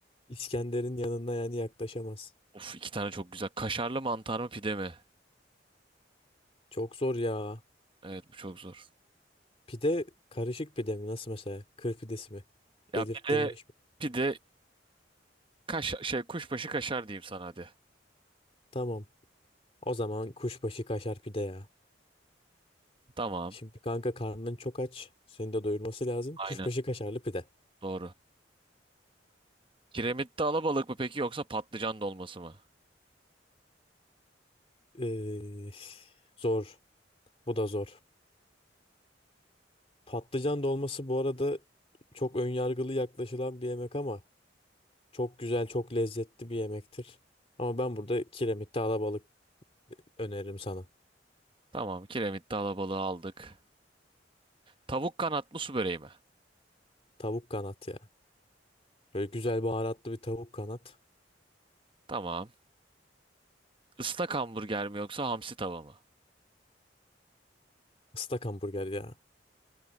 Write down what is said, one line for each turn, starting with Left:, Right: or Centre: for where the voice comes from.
Left: İskender'in yanına yani yaklaşamaz.
Right: Of iki tane çok güzel. Kaşarlı mantar mı pide mi?
Left: Çok zor ya.
Right: Evet bu çok zor.
Left: Pide karışık pide mi? Nasıl mesela? Kır pidesi mi?
Right: Ya
Left: Belirtilmiş
Right: pide
Left: mi?
Right: pide kaş şey kuşbaşı kaşar diyeyim sana hadi.
Left: Tamam. O zaman kuşbaşı kaşar pide ya.
Right: Tamam.
Left: Şimdi kanka karnın çok aç. Seni de doyurması lazım.
Right: Aynen.
Left: Kuşbaşı kaşarlı pide.
Right: Doğru. Kiremitte alabalık mı peki yoksa patlıcan dolması mı?
Left: Ee, zor. Bu da zor. Patlıcan dolması bu arada çok önyargılı yaklaşılan bir yemek ama Çok güzel, çok lezzetli bir yemektir. Ama ben burada kiremitte alabalık öneririm sana.
Right: Tamam. Kiremitte alabalığı aldık. Tavuk kanat mı su böreği mi?
Left: Tavuk kanat ya. Böyle güzel baharatlı bir tavuk kanat.
Right: Tamam. Islak hamburger mi yoksa hamsi tava mı?
Left: Islak hamburger ya.